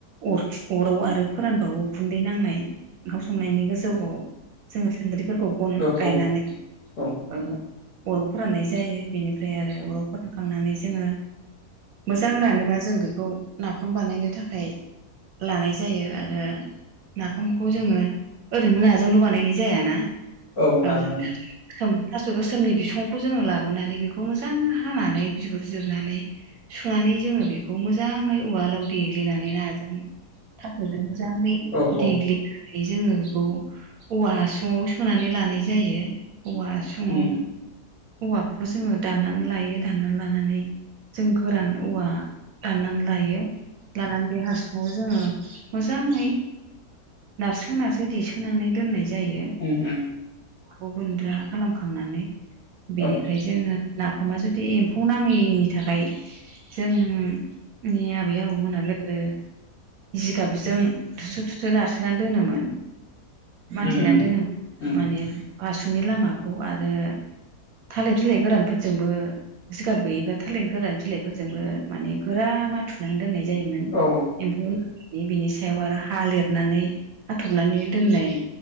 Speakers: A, on the right; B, on the left.
A: अरखि अराव आरो फोरानबावो उखुन्दै नांनाय ओंखाम संनायनि गोजौआव जोङो सान्द्रिफोरखौ गन
B: औ
A: गायनानै
B: औ औ
A: अराव फोराननाय जायो बेनिफ्राय आरो अराव फोरान होखांनानै जोङो मोजां रानोबा जों बेखौ नाफाम बानायनो थाखाय लानाय जायो आरो आरो नाफामखौ जोङो ओरैनो नाजोंल' बानायनाय जायाना
B: औ नाजावनानै
A: ओ ओम थास' गोसोमनि बिसुंखौ जोङो लाबोनानै बेखौ मोजां हानानै बिगुरजोबनानै सुनानै जोङो बेखौ मोजाङै उवालाव देग्लिनानै नाजों थाखुजों मोजाङै
B: औ
A: देग्लि
B: औ
A: जोङो बेखौ औवा हासुङाव सोनानै लानाय जायो औवा ङाव
B: उम
A: औवाफोरखौ जोङो दाननानै लायो दाननानै लानानै जों गोरान औवा दाननानै लायो लानानै बे हासुङाव जोङो मोजाङै नारसो नारसो देसोनानै दोननाय जायो
B: उम उम
A: खौ गुन्द्रा खालामखांनानै बेनिफ्राय
B: औ
A: जोङो नाफामा जुदि एम्फौ नाङैनि थाखाय जोंनि आबै आबौमोना गोदो जिगाबजों थुसु थुसु नारसोनानै दोनोमोन माथेनानै
B: उम उम
A: दोनोमोन
B: उम
A: माने आसासुनि लामाखौ आरो थालाय थलाय गोरानफोरजोंबो जिगाब गैयिबा थालिरनो गोरान बिलाइफोरजोंबो माने गोरा फुनानै दोननाय जायोमोन
B: औ
A: एम्फौ बिनि सायाव आरो हा लिरनानै हाथबनानै दोननाय